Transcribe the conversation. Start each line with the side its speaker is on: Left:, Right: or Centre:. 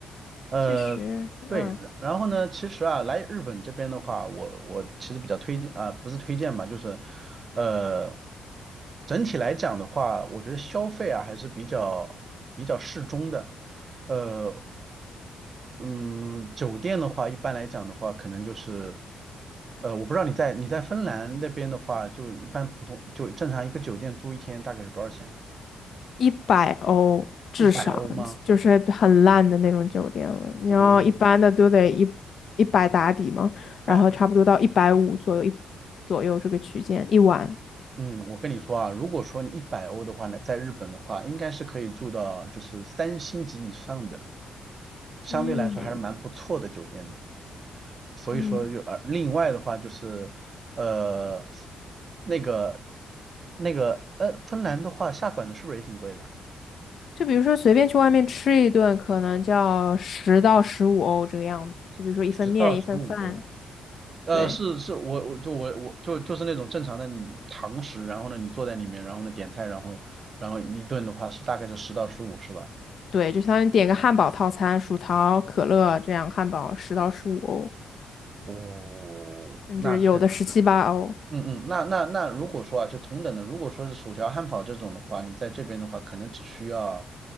Right: 呃，
Left: 其实嗯，
Right: 对，然然后呢，其实啊，来日本这边的话，我我其实比较推荐啊，不是推荐吧，就是呃，整体来讲的话，我觉得消费啊还是比较比较适中的。呃，嗯，酒店的话，一般来讲的话，可能就是，呃，我不知道你在你在芬兰那边的话，就一般普通就正常一个酒店住一天大概是多少钱啊？
Left: 一百欧至少就是很烂的那种酒店了。
Right: 一百欧吗？
Left: 你要一般的都得一一百打底嘛，
Right: 哦，哎，
Left: 然后差不多到一百五左右一左右这个区间一晚。
Right: 嗯，我跟你说啊，如果说你一百欧的话呢，在日本的话，应该是可以住到就是三星级以上的，相对来说还是蛮不错的酒店的。
Left: 嗯
Right: 所以说就呃，
Left: 嗯，
Right: 另外的话就是，呃，那个那个呃，芬兰的话下馆子是不是也挺贵的啊？
Left: 就比如说随便去外面吃一顿，可能叫十到十五欧这个样子。就比如说一份面一份饭，
Right: 十到十五欧，呃，
Left: 对
Right: 是是，我我就我我就就是那种正常的堂食，然后呢，你坐在里面，然后呢点菜，然后然后一顿的话是大概是十到十五，是吧？
Left: 对，就相当于点个汉堡套餐，薯条、可乐这样，汉堡十到十五欧，
Right: 哦，
Left: 甚至有的十七八欧
Right: 那确嗯嗯，那那那如果说啊，就同等的，如果说是薯条、汉堡这种的话，你在这边的话，可能只需要